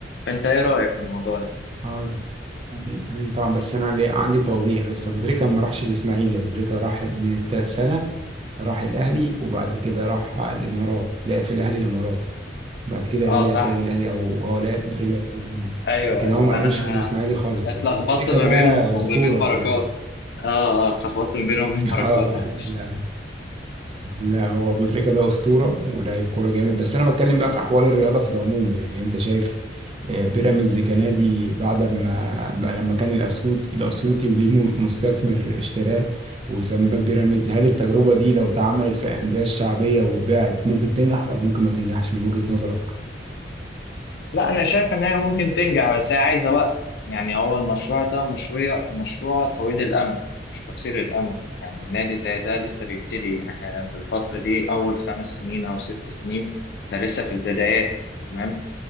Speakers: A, on the left (about 60°); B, on the right (about 30°).
A: فأنت إيه رأيك في الموضوع ده؟
B: ايوه ايوه طبعا بس انا ليه- عندي توضيح بس ابو تريكه ما راحش الاسماعيلي ابو تريكه راح من الترسانه راح الاهلي وبعد كده راح الامارات لعب في الاهلي الاماراتي بعد كده
A: آه
B: رجع
A: صح
B: تاني الاهلي او اه لا رجع تاني الأهلي.
A: ايوه
B: لكن
A: ايوه
B: هو ما
A: انا
B: لعبش في الاسماعيلي خالص
A: اتلخبطت
B: بس ابو تريكه
A: ما
B: ده
A: بينهم وما
B: اسطوره
A: بين بركات
B: يعني
A: اه اه اتلخبطت ما بينهم وبين
B: <laughs>
A: بركات
B: اه لا
A: معلش
B: لا لا هو ابو تريكه ده اسطوره ولاعيب كوره جامد بس انا بتكلم بقى في احوال الرياضه في العموم يعني انت شايف آه، بيراميدز كنادي بعد ما بقى لما كان الاسيوط الاسيوطي وجه م- مستثمر اشتراه وسماه بيراميدز هل التجربه دي لو اتعملت في انديه شعبيه واتباعت ممكن تنجح ولا ممكن ما تنجحش من وجهه نظرك؟
A: لا انا شايف ان هي ممكن تنجح بس هي عايزه وقت يعني هو المشروع ده مشروع مشروع طويل الامد مش قصير الامد يعني النادي زي ده لسه بيبتدي احنا في الفتره دي اول خمس سنين او ست سنين ده لسه في البدايات تمام